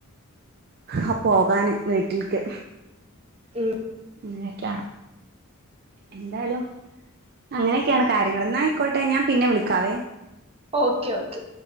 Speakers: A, on the right; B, on the right.
A: ആ പോകാന് വീട്ടിലേക്ക്
B: ഉം
A: അങ്ങനെയൊക്കെയാണ് എന്തായാലും അങ്ങനെയൊക്കെയാണ് കാര്യങ്ങ എന്നയിക്കോട്ടെ ഞാൻ പിന്നെ വിളിക്കാവേ
B: ഓക്കെ ഓക്കെ